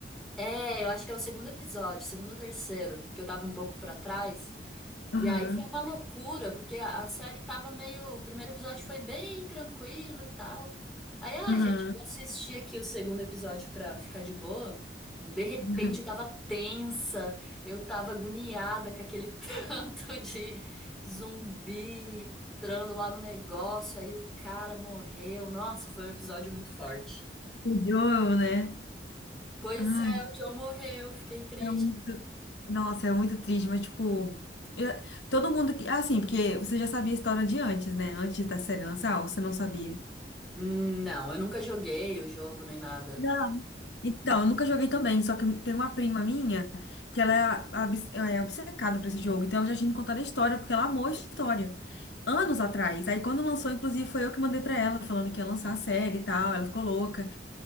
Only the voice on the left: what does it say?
Aham.
Aham.
aham.
O Joel, né?
Ai.
É muito. Nossa, é muito triste, mas tipo. eu- Todo mundo que. Assim, porque você já sabia a história de antes, né? Antes da série lançar, ou você não sabia?
Não. Então, eu nunca joguei também, só que tem uma prima minha que ela é abs- ela é obcecada por esse jogo, então ela já tinha me contado a história, porque ela amou a história. Anos atrás. Aí quando lançou, inclusive, foi eu que mandei pra ela, falando que ia lançar a série e tal, ela ficou louca.